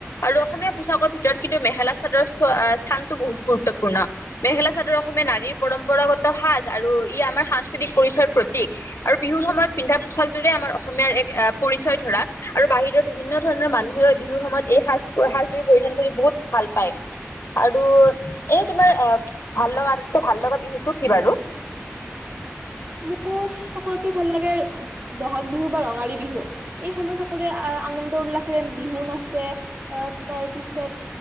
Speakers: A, on the left (about 70°); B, on the right (about 40°).
A: আৰু অসমীয়া। পোচাকৰ ভিতৰত কিন্তু মেখেলা চাদৰ স্থানতো বহুত গুৰুত্বপূৰ্ণ মেখেলা চাদৰ অসমীয়া নাৰীৰ পৰম্পৰাগত সাজ আৰু ই আমাৰ সাংস্কৃতিক পৰিচয়ৰ প্ৰতীক আৰু বিহুৰ সময়ত পিন্ধা পোচাকৰে আমাৰ অসমীয়াৰ এক পৰিচয় ধৰা আৰু বাহিৰত। বিভিন্ন ধৰণৰ মানুহে বিহুৰ সময়ত এই সাজ সাজবোৰ পৰিধান কৰি বহুত ভাল পায় আৰু এ তোমাৰ আহ ভাল লগা আটোকৈ ভাল লগা বিহুতটো কি বাৰু।
B: মোৰ সকলোত ভাল লাগে বহাগ বিহু বা ৰঙালী বিহু, এই সময়ত সকলোৱে আনন্দ উল্লাসেৰে বিহু নাচে। তাত তাৰ পিছত,